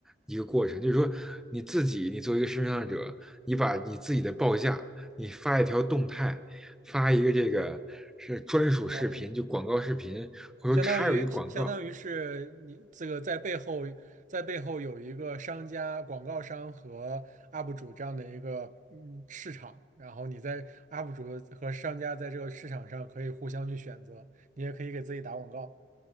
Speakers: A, in the centre; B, on the right (about 45°).
A: 一个过程，就是说你自己，你作为一个视频创作者，你把你自己的报价，你发一条动态。发一个这个是专属视频，
B: 哦，
A: 就广告视频，或者插入一个广告。
B: 相当于相当于是你这个在背后在背后有一个商家、广告商和 UP 主这样的一个嗯市场，然后你在 UP 主和商家在这个市场上可以互相去选择，你也可以给自己打广告。